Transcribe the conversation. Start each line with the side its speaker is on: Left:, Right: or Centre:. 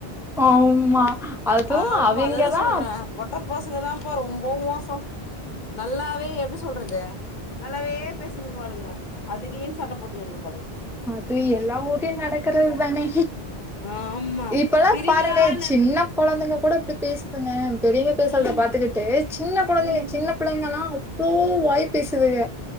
Centre: ஆமா அதுவு
Left: ஆமா
Centre: அவிங்கதா
Left: அததான் சொல்றேன் பொட்ட பசங்க தான்ப்பா ரொம்ப மோசோ நல்லாவே எப்டி சொல்றது நல்லாவே பேசினுக்கு வாளுங்க அது <unintelligible> சண்ட போட்டுன்னு நின்னுபாளுங்க
Centre: அது எல்லா ஊர்லயும் நடக்கறது தானே
Left: ஆமா
Centre: இப்பல்லாம்
Left: திருவிழான்னு
Centre: பாருங்களேன் சின்ன கொழந்தைங்க கூட அப்படி பேசுதுங்க பெரியவுங்க பேசறத
Left: ம்
Centre: பாத்துக்கிட்டு சின்ன கொழந்தைங்க
Left: ம்
Centre: சின்ன பிள்ளைங்க எல்லா அவ்ளோ வாய் பேசுதுக